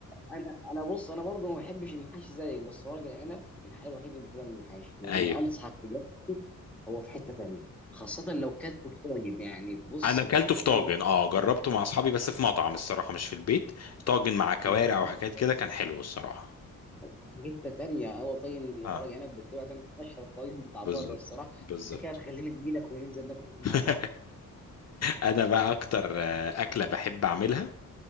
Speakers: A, in the centre; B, on the left.
A: انا انا بص انا برضو ما بحبش المحاشي زيك بس ورق العنب الحاجه الوحيده اللي باكلها من المحاشي لاني
B: أيوه
A: انصحك بجد هو في حتة تانية خاصة لو كلته في طاجن يعني بص
B: انا اكلته
A: في حتة
B: في
A: تانية
B: طاجن اه جربته مع اصحابي بس في مطعم الصراحه مش في البيت طاجن مع كوارع
A: انت
B: وحاجات كده كان حلو الصراحه
A: في حتة تانية هو طاجن الورق
B: اه
A: عنب بالكوع ده من اشهر الطاجن بتاع
B: بالظبط
A: بره الصراحة
B: بالظبط
A: انت كده هتخلينا اجي لك وننزل ناكل مع
B: <laughs>
A: بعض
B: انا بقى اكتر آه، اكله بحب اعملها